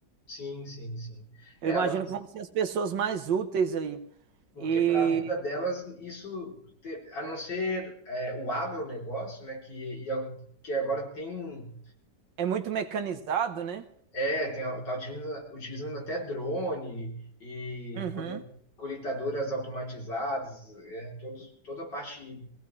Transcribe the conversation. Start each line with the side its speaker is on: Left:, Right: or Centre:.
Left: Sim, sim, sim.
Right: Eu
Left: É,
Right: imagino
Left: elas,
Right: que vão ser as pessoas mais úteis aí.
Left: porque
Right: E
Left: para a vida delas, isso, te- a não ser é, o agronegócio, né, que, e é o- que agora tem,
Right: é muito mecanizado, né?
Left: é, tem, a- tá utilizando, utilizando até drone e
Right: Uhum.
Left: col- colheitadoras automatizadas, é, todos, toda a parte,